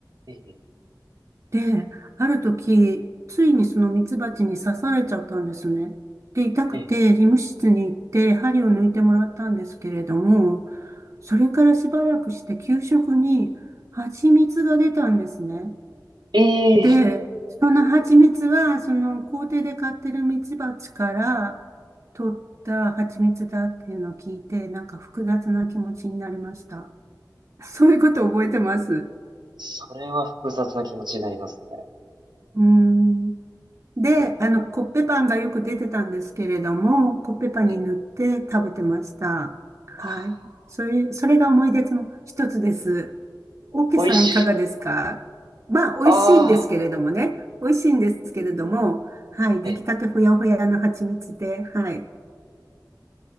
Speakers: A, on the right (about 80°); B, on the right (about 45°).
A: ええ、
B: で、ある時、ついにそのミツバチに刺されちゃったんですね。で、痛くて、
A: ええ、
B: 医務室に行って、針を抜いてもらったんですけれども、それからしばらくして、給食に蜂蜜が出たんですね。
A: ええ、
B: で、その蜂蜜は、
A: ええ
B: その校庭で飼ってるミツバチから取った蜂蜜だっていうのを聞いて、なんか複雑な気持ちになりました。そういうこと覚えてます。
A: それは複雑な気持ちになります
B: うーん。で、
A: ね。
B: あの、コッペパンがよく出てたんですけれども、コッペパンに塗って食べてました。
A: え、え、
B: はい。
A: あ
B: そういう、それが思い出の一つです。オーケーさんいかがですかまあ、
A: ー、美味し、あ
B: 美味しいんですけれどもね。美味しいんですけれども、はい。
A: あ、
B: 出来たてほやほやの蜂蜜で、
A: え、
B: はい。